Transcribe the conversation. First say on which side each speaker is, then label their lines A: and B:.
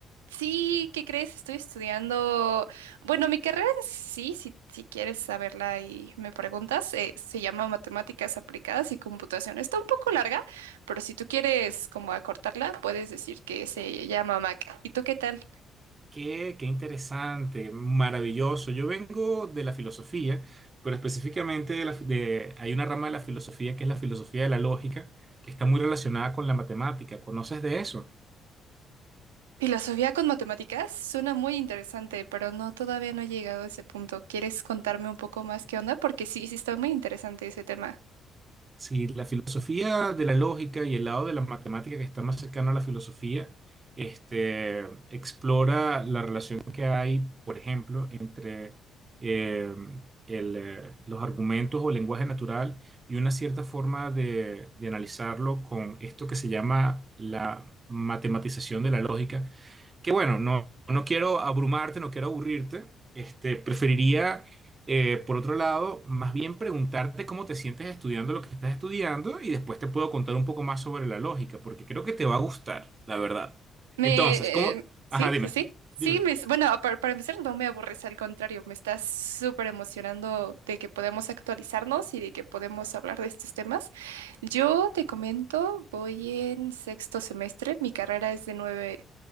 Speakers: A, on the right; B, on the right.
A: Sí, ¿qué crees? Estoy estudiando, bueno, mi carrera en sí, si, si quieres saberla y me preguntas, eh, se llama Matemáticas Aplicadas y Computación. Está un poco larga, pero si tú quieres como acortarla, puedes decir que se llama MAC. ¿Y tú qué tal?
B: Qué, qué interesante, maravilloso. Yo vengo de la filosofía, pero específicamente de la, fi- de- hay una rama de la filosofía que es la filosofía de la lógica, que está muy relacionada con la matemática. ¿Conoces de eso?
A: Filosofía con matemáticas suena muy interesante, pero no, todavía no he llegado a ese punto. ¿Quieres contarme un poco más qué onda? Porque sí, sí está muy interesante ese tema.
B: Sí, la filosofía de la lógica y el lado de la matemática que está más cercano a la filosofía, este, explora la relación que hay, por ejemplo, entre eh, el, eh, los argumentos o lenguaje natural y una cierta forma de, de analizarlo con esto que se llama la matematización de la lógica, que bueno, no, no quiero abrumarte, no quiero aburrirte. Este, preferiría, eh, por otro lado, más bien preguntarte cómo te sientes estudiando lo que estás estudiando y después te puedo contar un poco más sobre la lógica, porque creo que te va a gustar, la verdad.
A: Me,
B: Entonces, ¿cómo?
A: eh, sí,
B: Ajá, dime,
A: sí, sí. Sí,
B: dime.
A: me, bueno, para, para empezar, no me aburres, al contrario, me estás súper emocionando de que podemos actualizarnos y de que podemos hablar de estos temas. Yo te comento, voy en sexto semestre, mi carrera es de nueve,